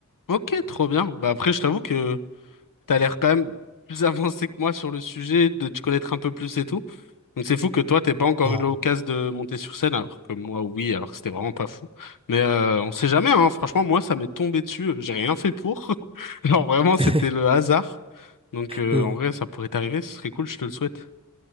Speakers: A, on the left; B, on the right.
A: Ok, trop bien. Bah après, je t'avoue que t'as l'air quand même plus <laughs> avancé que moi sur le sujet, de te connaître un peu plus et tout. Donc c'est fou que toi, t'aies pas encore
B: Non.
A: eu l'occasion de monter sur scène, alors que moi, oui, alors que c'était vraiment pas fou. Mais euh, on sait jamais, hein. Franchement, moi, ça m'est tombé dessus. euh, J'ai rien fait pour. <laughs> Genre vraiment,
B: <laughs>
A: c'était le hasard. Donc euh,
B: Hum.
A: en vrai, ça pourrait t'arriver, ce serait cool, je te le souhaite.